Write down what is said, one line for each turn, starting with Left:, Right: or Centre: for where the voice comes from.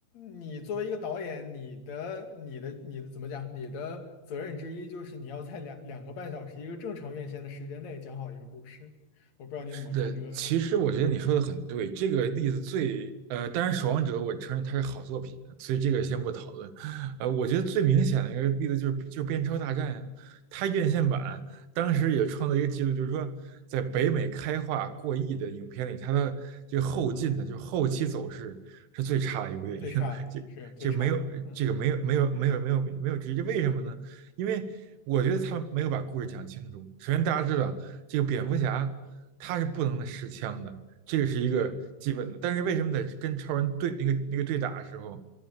Left: 你作为一个导演，你的、你的、你的怎么讲？你的责任之一就是你要在两两个半小时一个正常院线的时间内讲好一个故事。我不知道你怎么看这个问题，
Right: 是的，其实我觉得你说的很对。这个例子最，呃，当然《守望者》，我承认它是好作品，所以这个先不讨论。呃，我觉得最明显的一个例子就是就是《边超大战》呀，它院线版当时也创造一个记录，就是说在北美开画过亿的影片里，它的这个后劲呢，就是后期走势是最差的一部电影。
Left: 最差的是最差的，
Right: <laughs> 这这没有这个没有没有没有没有没有直接，
Left: 嗯
Right: 为什么呢？因为我觉得他没有把故事讲清楚。首先，大家知道这个蝙蝠侠。他是不能的持枪的，这个是一个基本的。
Left: 嗯，
Right: 但是为什么在跟超人对那个那个对打的时候，